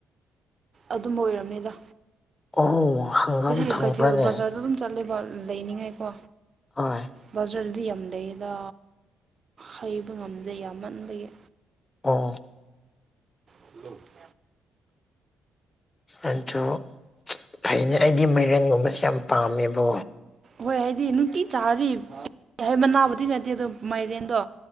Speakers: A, on the right; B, on the left.
A: ꯑꯗꯨꯝꯕ ꯑꯣꯏꯔꯝꯅꯤꯗ
B: ꯑꯣ ꯍꯪꯒꯥꯝ
A: ꯍꯧꯖꯤ
B: ꯐꯪꯕ꯭ꯔꯅꯦ
A: ꯀꯩꯊꯦꯜ ꯕꯖꯥꯔꯗ ꯑꯗꯨꯝ ꯆꯠꯂꯦꯕ ꯂꯩꯅꯤꯡꯉꯥꯏꯀꯣ
B: ꯍꯣꯏ
A: ꯕꯖꯥꯔꯗꯤ ꯌꯥꯝ ꯂꯩꯗ ꯍꯩꯕ ꯉꯝꯗꯦ ꯌꯥꯝꯃꯟꯕꯒꯤ
B: ꯑ‌ꯣ
A: <inaudible>
B: ꯑꯗꯨ ꯐꯩꯅ‌ꯦ ꯑꯩꯗꯤ ꯃꯥꯏꯔꯦꯟꯒꯨꯝꯕꯁꯦ ꯌꯥꯝ ꯄꯥꯝꯃꯦꯕꯣ
A: ꯍꯣꯏ ꯍꯥꯏꯗꯤ ꯅꯨꯡꯇꯤ ꯆꯥꯔꯗꯤ ꯍꯥꯏ ꯃꯅꯥꯕꯨꯗꯤ ꯅꯠꯇꯦ ꯑꯗꯣ ꯃꯥꯏꯔꯦꯟꯗꯣ